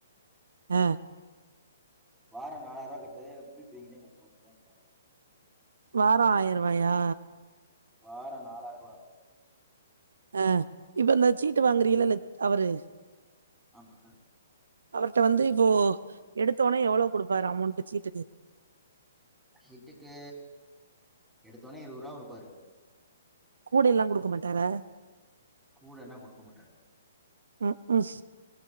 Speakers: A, on the right; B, in the centre.
A: ஆ
B: வார நாலாய்ருவா கட்றதே முழி பிதுங்கிதே கட்டுவோ குடோன்ல
A: வாரொ ஆய்ருவாயா
B: வாரொ நாலாய்ருவா
A: ஆ இப்ப இந்த சீட்டு வாங்குறீயல்ல
B: அது
A: லத் அவரு
B: ஆமா
A: அவர்ட்ட வந்து இப்போ எடுத்த ஒன்னே எவ்வளோ குடுப்பாரு அமௌண்ட்டு சீட்டுக்கு
B: சீட்டுக்கு எடுத்தோன்னே இருவருவா குடுப்பாரு
A: கூட எல்லா குடுக்க மாட்டாரா
B: கூடனா குடுக்க மாட்டா
A: ம் ம்